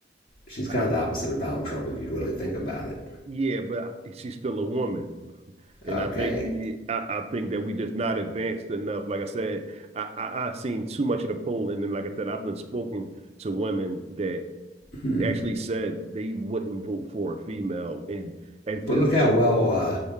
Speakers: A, on the left; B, on the right.
A: she's kind
B: I-
A: of the opposite of Donald Trump if you really think about it.
B: yeah, but I- she's still a woman, and
A: Okay,
B: I think y- y- I, I think that we just not advanced enough. Like I said, I, I I've seen too much of the poll, and then like I said, I've been spoken to women that
A: Hmm.
B: actually said they wouldn't vote for a female, and as
A: but
B: if
A: look how well uh,